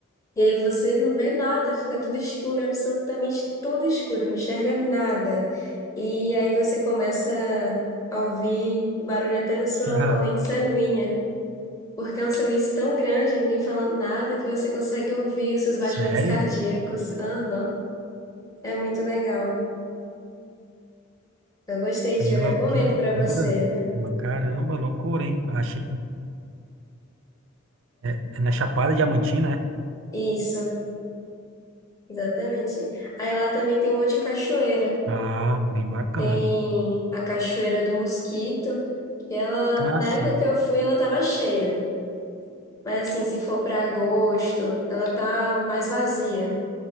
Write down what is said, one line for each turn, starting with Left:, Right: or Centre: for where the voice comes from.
Left: E aí você não vê nada, fica tudo escuro, absolutamente tudo escuro, não enxerga nada. E aí você começa a ouvir o barulho até da sua
Right: Ah,
Left: corrente sanguínea. Porque é um silêncio tão grande, ninguém falando nada, que você consegue ouvir os seus batimentos
Right: sério?
Left: cardíacos. Aham, É muito legal. Eu gostei
Right: Que,
Left: de, eu
Right: lou-
Left: recomendo
Right: que loucura.
Left: pra você, viu?
Right: Mas Caramba, loucura, hein? Achei, é, é na Chapada Diamantina, é?
Left: Isso, exatamente. Aí lá também tem um monte de cachoeira.
Right: Ah, bem bacana.
Left: Tem a Cachoeira do Mosquito, que ela,
Right: Ah,
Left: na
Right: sim.
Left: época que eu fui, ela tava cheia. Mas assim, se for pra agosto, ela tá mais vazia.